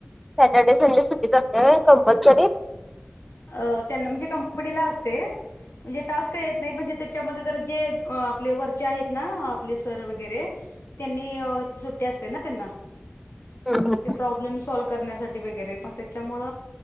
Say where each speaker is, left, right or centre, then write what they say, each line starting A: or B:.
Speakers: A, in the centre; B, on the left.
A: सॅटर्डे संडे सुट्टीच असत्या होय कंपल्सरी.
B: अ त्यांना म्हणजे कंपनीला असते म्हणजे टास्क येत नाही म्हणजे ते त्याच्यामध्ये जरा जे आपले वरचे आहेत ना आपले सर वगैरे त्यांनी अ सुट्टी असते ना त्यांना
A: हम्म
B: ते प्रॉब्लेम सॉ करण्यासाठी वगैरे मग त्याच्यामूळ